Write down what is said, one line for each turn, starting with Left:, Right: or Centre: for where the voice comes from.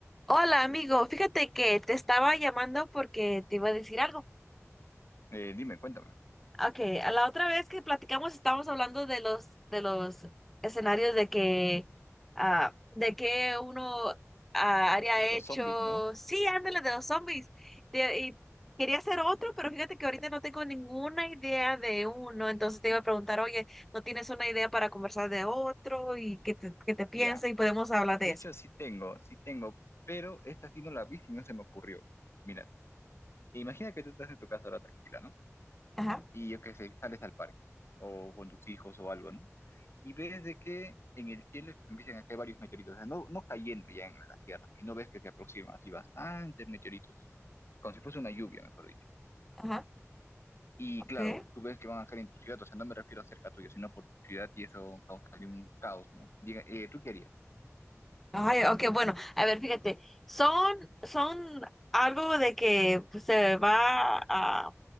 Centre: Hola amigo, fíjate que te estaba llamando porque te iba a decir algo.
Left: Eh, dime, cuéntame.
Centre: Okay, a la otra vez que platicamos estábamos hablando de los de los escenarios de que ah, de que uno ah, haría
Left: De Los
Centre: hecho.
Left: zombies, ¿no?
Centre: Sí, ándale de los zombies. Te- y quería hacer otro, pero fíjate que ahorita no tengo ninguna idea de uno, entonces te iba a preguntar, oye, ¿no tienes una idea para conversar de otro y qué te, qué te piensa
Left: Ya.
Centre: y podemos hablar
Left: De
Centre: de eso?
Left: hecho, sí tengo, sí tengo, pero esta sí no la vi y no se me ocurrió. Mira, imagina que tú estás en tu casa ahora tranquila, ¿no?
Centre: Ajá,
Left: Y yo que sé, sales al parque o con tus hijos o algo, ¿no? Y ves de que en el cielo empiezan a caer varios meteoritos, o sea, no, no cayendo ya en la Tierra, y no ves que se aproximan así bastantes meteoritos, como si fuese una lluvia, mejor dicho.
Centre: ajá,
Left: Y
Centre: ok.
Left: claro, tú ves que van a caer en tu ciudad, o sea, no me refiero a cerca tuyo, sino por tu ciudad y eso causaría un caos, ¿no? Diga, eh, ¿tú qué harías?
Centre: Ay, ok, bueno, a ver, fíjate, son, son algo de que pues, se va a,